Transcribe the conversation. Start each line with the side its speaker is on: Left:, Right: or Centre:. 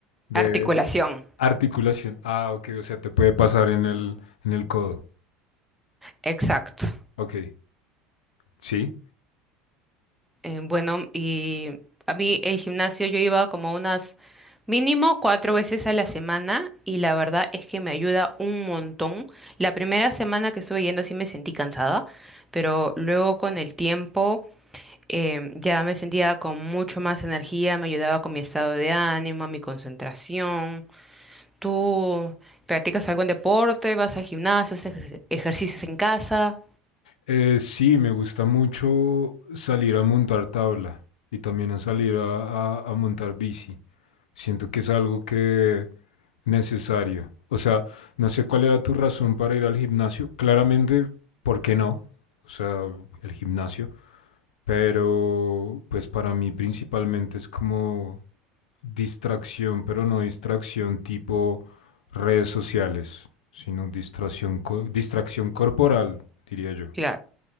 Left: de...
Centre: articulación.
Left: Articulación. Ah, ok, o sea, te puede pasar en el, en el codo.
Centre: Exacto.
Left: Ok, sí.
Centre: Eh, bueno, y a mí el gimnasio yo iba como unas mínimo cuatro veces a la semana y la verdad es que me ayuda un montón. La primera semana que estuve yendo sí me sentí cansada, pero luego con el tiempo em, ya me sentía con mucho más energía, me ayudaba con mi estado de ánimo, mi concentración. ¿Tú practicas algún deporte? ¿Vas al gimnasio? ¿Haces ej- ejercicios en casa?
Left: Eh, sí, me gusta mucho salir a montar tabla y también a salir a, a- a montar bici. Siento que es algo que necesario. O sea, no sé cuál era tu razón para ir al gimnasio. Claramente, ¿por qué no? O sea, el gimnasio. Pero, pues para mí principalmente es como distracción, pero no distracción tipo redes sociales, sino distracción, distracción corporal, diría yo.
Centre: Claro.